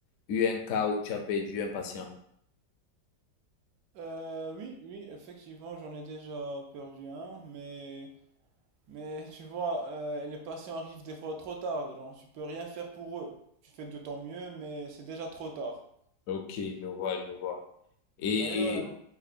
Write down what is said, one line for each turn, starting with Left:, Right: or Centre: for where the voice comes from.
Left: eu un cas où tu as perdu un patient?
Right: Euh, oui, oui, effectivement, j'en ai déjà perdu un, mais, mais tu vois, euh, les patients arrivent des fois trop tard, genre, tu peux rien faire pour eux. Tu fais de ton mieux, mais c'est déjà trop tard.
Left: Ok, je vois, je vois. Et
Right: D'ailleurs, la